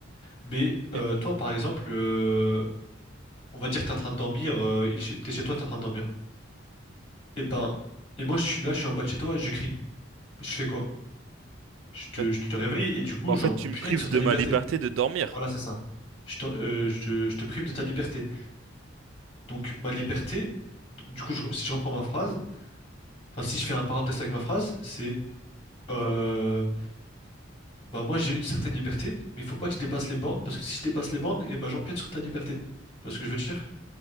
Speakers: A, on the left (about 30°); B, on the right (about 80°).
A: Mais euh,
B: Ok.
A: toi, par exemple, euh, on va dire que t'es en train de dormir, euh, il est chez- t'es chez toi, t'es en train de dormir. Et ben, et moi je suis là, je suis en bas de chez toi et je crie. Je fais quoi? Je te,
B: Bah,
A: je te réveille et du coup
B: bah, en
A: j'empiète
B: fait, tu me prives
A: sur ta
B: de
A: liberté.
B: ma liberté de dormir.
A: Voilà, c'est ça. Je te, euh, je, je te prive de ta liberté. Donc ma liberté, du coup, je re- si je reprends ma phrase, enfin si je fais un paradoxe avec ma phrase, c'est euh, Bah moi j'ai une certaine liberté, mais il faut pas que je dépasse les bornes, parce que si je dépasse les bornes, et bah j'empiète sur ta liberté. Tu vois ce que je veux te dire?